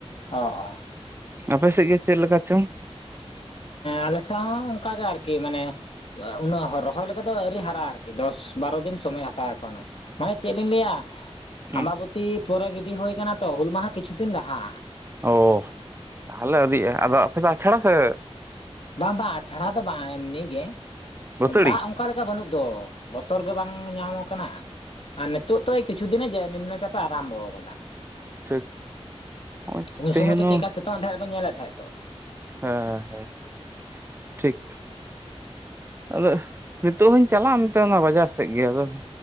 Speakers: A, on the left; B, on the right.
A: ᱚ ᱚ
B: ᱟᱯᱮ ᱥᱮᱫ ᱜᱮ ᱪᱮᱫ ᱞᱮᱠᱟ ᱪᱚᱝ
A: ᱟᱞᱮᱥᱮᱫ ᱦᱚᱸ ᱚᱱᱠᱟ ᱜᱮ ᱟᱨᱠᱤ ᱢᱟᱱᱮ ᱩᱱᱟᱹᱜ ᱨᱚᱦᱚᱭ ᱞᱮᱠᱟ ᱫᱚ ᱟᱹᱣᱨᱤ ᱦᱟᱨᱟᱜᱼᱟ ᱾ ᱟᱨᱠᱤ ᱫᱚᱥ ᱵᱟᱨᱚ ᱫᱤᱱ ᱥᱚᱢᱚᱭ ᱦᱟᱛᱟᱣᱼᱟ ᱮᱠᱷᱚᱱᱳ ᱾ ᱢᱟᱱᱮ ᱪᱮᱫ ᱞᱤᱧ ᱞᱟᱹᱭᱟ,
B: ᱦᱩᱸ
A: ᱟᱢᱵᱟᱵᱚᱛᱤ ᱯᱚᱨᱮ ᱜᱤᱰᱤ ᱦᱩᱭᱠᱟᱱᱟ ᱛᱚ, ᱦᱩᱞ ᱢᱟᱦᱟ ᱠᱤᱪᱷᱩ ᱫᱤᱱ ᱞᱟᱦᱟ ᱾
B: ᱚ ᱛᱟᱦᱚᱞᱮ ᱟᱣᱨᱤᱜᱼᱟ ᱟᱫᱚ ᱟᱯᱮ ᱫᱚ ᱟᱪᱷᱟᱲᱟ ᱥᱮ
A: ᱵᱟᱝ ᱵᱟᱝ, ᱟᱪᱷᱟᱲᱟ ᱫᱚ ᱵᱟᱝ ᱮᱢᱱᱤ ᱜᱮ
B: ᱵᱟᱹᱛᱟᱹᱲᱤ
A: ᱫᱟᱜ ᱚᱱᱠᱟ ᱞᱮᱠᱟ ᱵᱟᱹᱱᱩᱜ ᱫᱚ᱾ ᱵᱚᱛᱚᱨ ᱜᱮ ᱵᱟᱝ ᱧᱟᱢ ᱟᱠᱟᱱᱟ, ᱱᱤᱛᱳᱜ ᱫᱚ ᱠᱤᱪᱷᱩ ᱫᱤᱱᱮ ᱡᱮ ᱱᱤᱢᱱᱚ ᱪᱟᱯᱮ ᱟᱨᱟᱢᱵᱚ ᱟᱠᱟᱫᱟ᱾
B: ᱴᱷᱤᱠ ᱱᱚᱜᱼᱚᱭ
A: ᱩᱱ
B: ᱛᱮᱦᱮᱧ
A: ᱥᱚᱢᱚᱭ ᱛᱚ
B: ᱦᱚᱸ
A: ᱪᱮᱫᱞᱮᱠᱟ ᱥᱤᱛᱩᱝ ᱮ ᱛᱟᱦᱮᱸᱫ ᱵᱮ ᱧᱮᱞᱮᱫ ᱛᱟᱦᱮᱸᱫ ᱛᱚ᱾
B: ᱦᱮᱸ ᱦᱳᱭ᱾ ᱴᱷᱤᱠ ᱟᱫᱚ ᱱᱤᱛᱚᱜ ᱦᱚᱧ ᱪᱟᱞᱟᱜᱼᱟ ᱢᱮᱱᱛᱮ ᱚᱱᱟ ᱵᱟᱡᱟᱨ ᱥᱮᱫ ᱜᱮ ᱟᱫᱚ